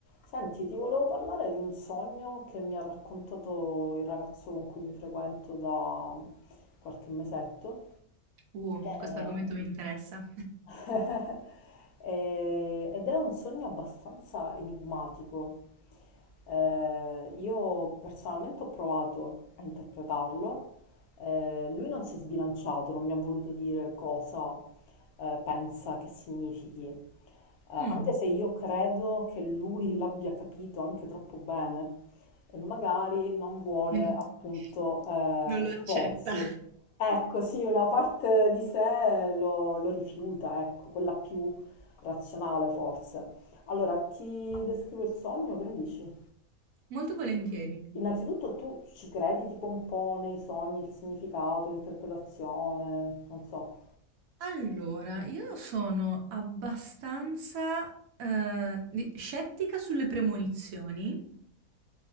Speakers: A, on the left; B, on the right.
A: Senti, ti volevo parlare di un sogno che mi ha raccontato il ragazzo con cui mi frequento da qualche mesetto.
B: Uh,
A: Eh,
B: questo argomento mi interessa.
A: <laughs> eh, ed è un sogno abbastanza enigmatico. Eh, io personalmente ho provato a interpretarlo. Eh, lui non si è sbilanciato, non mi ha voluto dire cosa eh, pensa che significhi. Eh,
B: Mh.
A: anche se io credo che lui <laughs> l'abbia capito anche troppo bene e magari non vuole
B: <laughs>
A: appunto eh,
B: Non
A: esporsi.
B: lo accetta.
A: Ecco, sì, una parte di sé lo, lo rifiuta, ecco, quella più razionale forse. Allora, ti descrivo il sogno, che ne dici?
B: Molto volentieri.
A: Innanzitutto tu ci credi tipo un po' nei sogni, il significato, l'interpretazione, non so,
B: Allora, io sono abbastanza, ehm, di scettica sulle premonizioni.